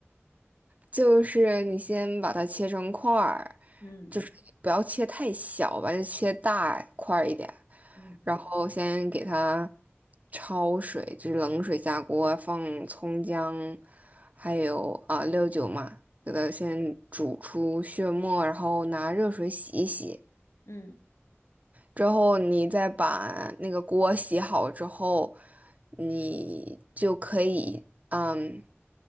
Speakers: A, on the right; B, on the left.
A: 就是你先把它切成块儿，
B: 嗯
A: 就是不要切太小吧，就切大块儿一点。
B: 嗯
A: 然后先给它焯水，就是冷水下锅，放葱姜，还有啊、料酒嘛，给它先煮出血沫，然后拿热水洗一洗。
B: 嗯，
A: 之后你再把那个锅洗好之后，你就可以嗯